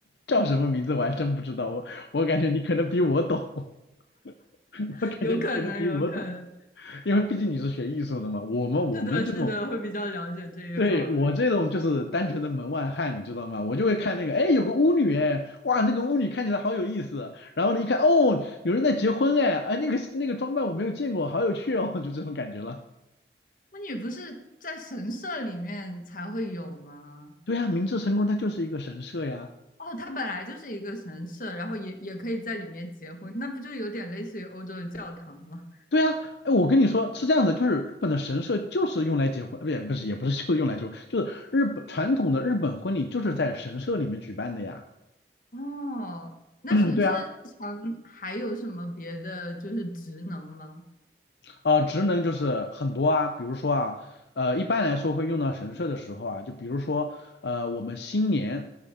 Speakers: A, on the left; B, on the left.
A: 叫什么名字我还真不知道，我我感觉你可能比我懂，<laughs> 我感觉你可能比我懂，
B: <laughs>，有可能，有可能，
A: 因为毕竟你是学艺术的嘛。我们我们这种
B: 是的，是的，会比较了解这一方面。
A: 对，我这种就是单纯的门外汉，你知道吗？我就会看那个，哎，有个巫女，哎，哇，那个巫女看起来好有意思。然后呢，一看，哦，有人在结婚，哎，哎，那个那个装扮我没有见过，好有趣哦，就这种感觉了。
B: 巫女不是在神社里面才会有吗？
A: 对呀，明治神宫它就是一个神社呀。
B: 哦，它本来就是一个神社，然后也也可以在里面结婚，那不就有点类似于欧洲的教堂吗？
A: 对呀，哎，我跟你说是这样的，就是日本的神社就是用来结婚，不也不是也不是就是用来结婚，就是日本传统的日本婚礼就是在神社里面举办的呀。
B: 哦，那神社日常还有什么别的就是职能吗？
A: 嗯，对啊。呃，职能就是很多啊，比如说啊，呃，一般来说会用到神社的时候啊，就比如说，呃，我们新年，